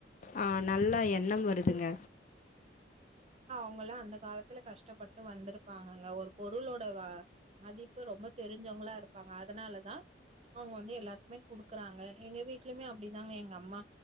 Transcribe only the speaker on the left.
ஆ நல்ல எண்ணம் வருதுங்க